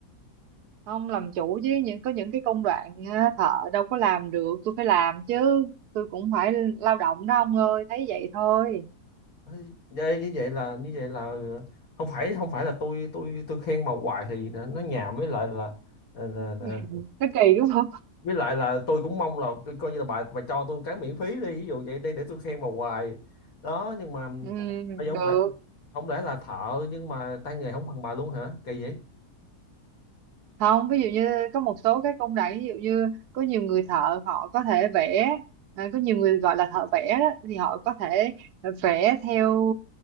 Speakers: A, on the right; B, on the left.
A: ông làm chủ chứ những có những cái công đoạn ờ, thợ đâu có làm được tôi phải làm chứ tôi cũng phải lao động đó ông ơi thấy vậy thôi
B: Ây, như như vậy là như vậy là ờ, không phải không phải là tôi tôi tôi khen bà hoài thì nó nó nhàm với lại là là, là, là
A: <laughs> nó kỳ đúng không
B: với lại là tôi cũng mong là tôi coi như là bà bà cho tôi cái miễn phí đi ví dụ vậy đi để tôi khen bà hoài đó nhưng mà
A: ừ,
B: bây giờ không
A: được
B: lẽ không lẽ là thợ nhưng mà tay nghề không bằng bà luôn hả kỳ vậy
A: không ví dụ như có một số cái công đoạn ví dụ như có nhiều người thợ họ có thể vẽ à, có nhiều người gọi là thợ vẽ đó thì họ có thể vẽ theo